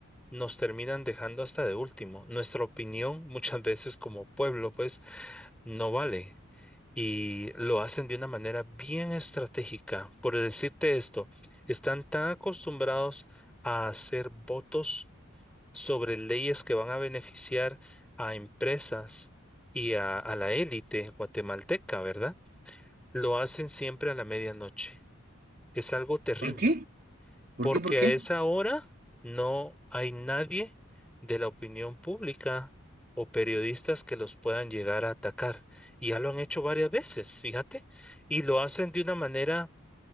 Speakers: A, in the centre; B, on the right.
A: nos terminan dejando hasta de último. Nuestra opinión <laughs> muchas veces como pueblo pues no vale y lo hacen de una manera bien estratégica. Por decirte esto, están tan acostumbrados a hacer votos sobre leyes que van a beneficiar a empresas y a, a la élite guatemalteca, ¿verdad? Lo hacen siempre a la medianoche. Es algo terrible
B: ¿por qué? ¿Por
A: porque
B: qué? ¿Por qué?
A: a esa hora no hay nadie de la opinión pública o periodistas que los puedan llegar a atacar. Y ya lo han hecho varias veces, fíjate, y lo hacen de una manera,